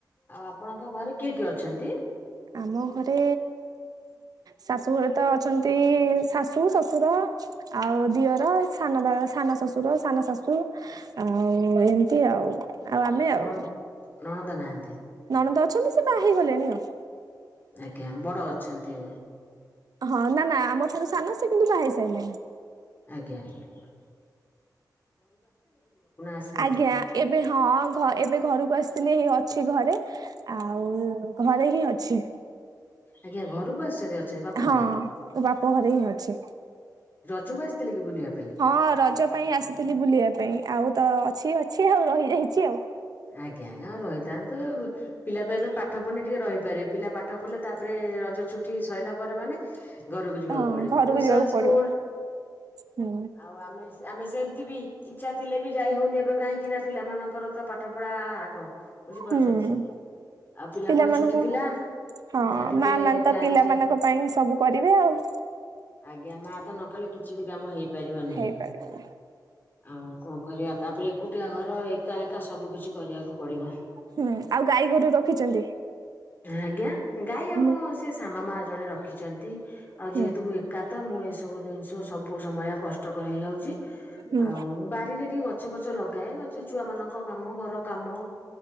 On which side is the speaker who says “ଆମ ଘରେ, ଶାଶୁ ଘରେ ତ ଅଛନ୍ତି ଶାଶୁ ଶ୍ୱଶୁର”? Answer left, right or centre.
Right